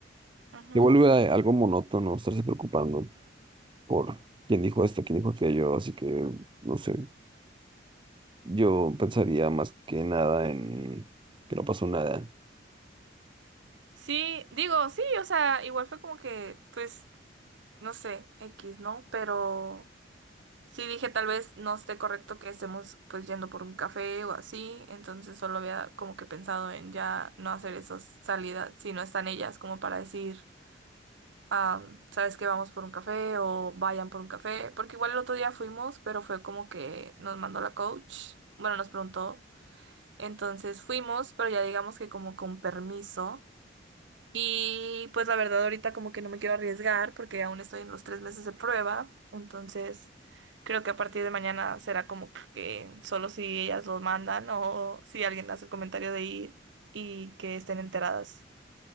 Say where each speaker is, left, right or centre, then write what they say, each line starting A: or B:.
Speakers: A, on the right; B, on the right.
A: Ujú.
B: Se vuelve a- algo monótono estarse preocupando por quién dijo esto, quién dijo aquello. Así que, no sé, yo pensaría más que nada en que no pasó nada.
A: Sí, digo, sí, o sea, igual fue como que, pues, no sé, X, ¿no? Pero sí dije, tal vez no esté correcto que estemos pues yendo por un café o así, entonces solo había como que pensado en ya no hacer esas salidas si no están ellas como para decir. ah, ¿sabes que Vamos por un café o vayan por un café, porque igual el otro día fuimos, pero fue como que nos mandó la coach, bueno, nos preguntó, entonces fuimos, pero ya digamos que como con permiso. Y pues la verdad ahorita como que no me quiero arriesgar porque aún estoy en los tres meses de prueba, entonces creo que a partir de mañana será como que solo si ellas lo mandan o si alguien hace el comentario de ir y que estén enteradas